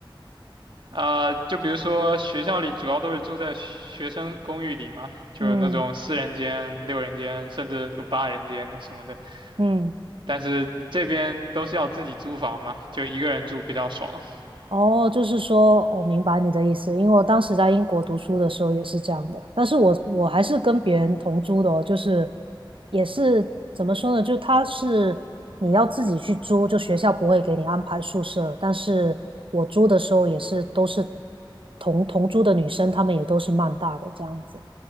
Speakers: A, on the right; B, on the right.
A: 啊、就比如说学校里主要都是住在学生公寓里嘛，就是那种四人间、
B: 嗯
A: 六人间，甚至有八人间的什么的。
B: 嗯。
A: 但是这边都是要自己租房嘛，就一个人住比较爽。
B: 哦，就是说，我明白你的意思，因为我当时在英国读书的时候也是这样的，但是我我还是跟别人同租的哦，就是也是怎么说呢，就他是你要自己去租，就学校不会给你安排宿舍，但是我租的时候也是都是同同租的女生，她们也都是曼大的这样子，